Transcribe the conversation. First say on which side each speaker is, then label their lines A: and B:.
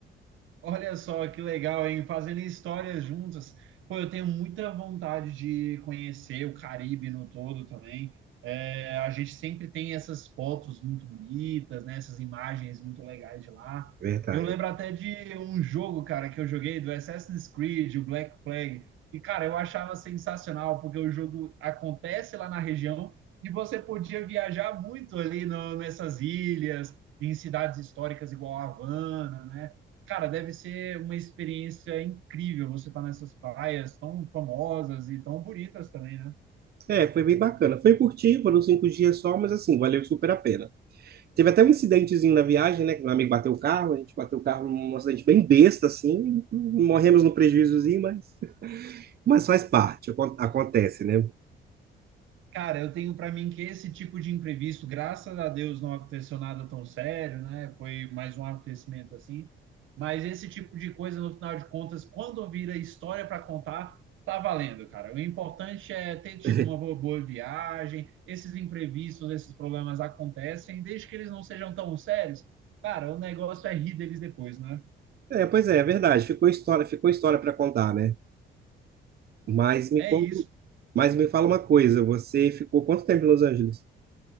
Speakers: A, on the right (about 80°); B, on the right (about 50°).
A: Olha só que legal, hein? Fazendo histórias juntas. Pô, eu tenho muita vontade de conhecer o Caribe no todo também. É, a gente sempre tem essas fotos muito bonitas, né? Essas imagens muito legais de lá.
B: Verdade.
A: Eu lembro até de um jogo, cara, que eu joguei do Assassin's Creed, o Black Flag. E, cara, eu achava sensacional, porque o jogo acontece lá na região e você podia viajar muito ali no- nessas ilhas, em cidades históricas igual a Havana, né? Cara, deve ser uma experiência incrível você estar nessas praias tão famosas e tão bonitas também, né?
B: É, foi bem bacana. Foi curtinho, foram cinco dias só, mas assim, valeu super a pena. Teve até um incidentezinho na viagem, né? Que meu amigo bateu o carro, a gente bateu o carro num acidente bem besta, assim. Morremos no prejuízozinho, mas, mas faz parte, acon- acontece, né?
A: Cara, eu tenho para mim que esse tipo de imprevisto, graças a Deus, não aconteceu nada tão sério, né? Foi mais um acontecimento assim. Mas esse tipo de coisa, no final de contas, quando vira história para contar, tá valendo, cara. O importante é ter tido
B: <laughs>
A: uma boa, boa viagem. Esses imprevistos, esses problemas acontecem, desde que eles não sejam tão sérios. Cara, o negócio é rir deles depois, né?
B: É, pois é, é verdade. Ficou história, ficou história para contar, né? Mas me
A: É
B: conta,
A: isso.
B: mas me fala uma coisa, você ficou quanto tempo em Los Angeles?